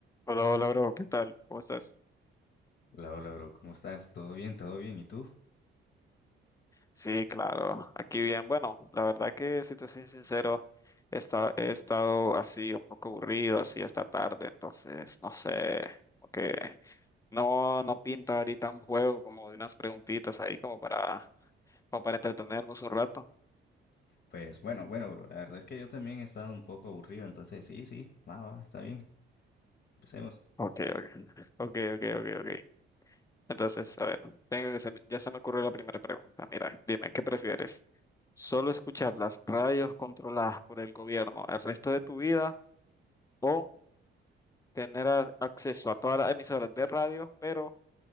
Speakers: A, on the left (about 15°); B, on the left (about 50°).
A: Hola, hola, bro, ¿qué tal? ¿Cómo estás?
B: Hola, hola, bro. ¿Cómo estás? ¿Todo bien? ¿Todo bien? ¿Y tú?
A: Sí, claro, aquí bien. Bueno, la verdad que si te soy sincero, esta- he estado así un poco aburrido, así esta tarde, entonces no sé, como que no, no pinta ahorita un juego como de unas preguntitas ahí como para, como para entretenernos un rato.
B: Pues bueno, bueno, bro. La verdad es que yo también he estado un poco aburrido, entonces sí, sí, va, va, está bien. Empecemos.
A: Ok, ok, ok, ok, ok, ok. Entonces, a ver, tengo que se me- ya se me ocurrió la primera pregunta. Mira, dime, ¿qué prefieres? ¿Solo escuchar las radios controladas por el gobierno el resto de tu vida? o tener a- acceso a todas las emisoras de radio, pero